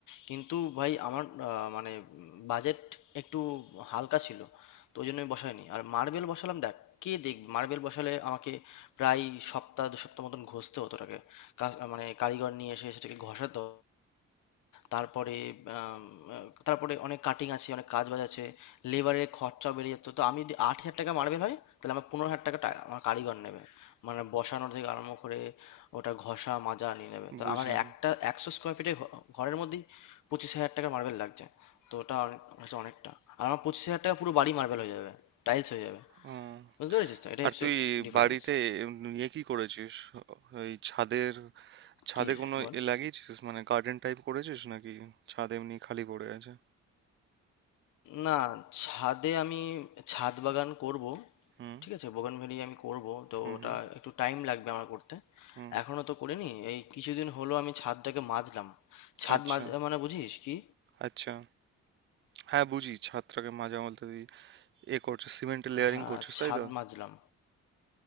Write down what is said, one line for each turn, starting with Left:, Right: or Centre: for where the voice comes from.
Left: কিন্তু ভাই আমার আহ, মানে বাজেট একটু হালকা ছিল তো ওই জন্য আমি বসাইনি আর মার্বেল বসালাম দেখ কে দেখবে মার্বেল বসালে আমাকে প্রায় সপ্তাহ দু সপ্তাহ মতন ঘষতে হতো ওটাকে কাজ- মানে কারিগর নিয়ে এসে সেটাকে ঘষাতো তারপরে আম, আহ, তারপরে অনেক কাটিং আছে অনেক কাজ বাজ আছে লেবারের খরচা বেড়ে যেত তো আমি যদি আট হাজার টাকা মার্বেল হয় তাহলে আমার পনেরো হাজার টাকা টা- আমার কারিগর নেবে মানে বসানো থেকে আরম্ভ করে ওটা ঘষা মাজা নিয়ে নেবে তো
Right: বুঝলাম
Left: আমার একটা একশো স্কোয়ার ফিটের ঘরের মধ্যেই পঁচিশ হাজার টাকার মার্বেল লাগছে তো ওটা অনেক হচ্ছে অনেকটা আর আমার পঁচিশ হাজার টাকা পুরো বাড়ি মার্বেল হয়ে যাবে টাইলস হয়ে যাবে
Right: উম,
Left: বুঝতে পেরেছিস তো এটাই
Right: আর
Left: হচ্ছে
Right: তুই
Left: ডিফারেন্স
Right: বাড়িতে নিয়ে কি করেছিস ওই ছাদের ছাদে
Left: কি
Right: কোনো
Left: বল
Right: এ লাগিয়েছিস মানে গার্ডেন টাইপ করেছিস নাকি ছাদ এমনি খালি পড়ে আছে
Left: না, ছাদে আমি ছাদ বাগান করব।
Right: হুম
Left: ঠিক আছে? বোগানভেলিয়া আমি করব। তো
Right: হুম
Left: ওটা
Right: হুম
Left: একটু টাইম লাগবে আমার করতে।
Right: হুম
Left: এখনো তো করিনি। এই কিছুদিন হলো আমি ছাদটাকে মাজলাম। ছাদ
Right: আচ্ছা
Left: মাজা মানে বুঝিস কি?
Right: আচ্ছা হ্যাঁ বুঝি ছাদটাকে মাঝে মধ্যে তুই এ করছিস সিমেন্টের লেয়ারিং
Left: হ্যাঁ,
Right: করছিস
Left: ছাদ
Right: তাই তো
Left: মাজলাম।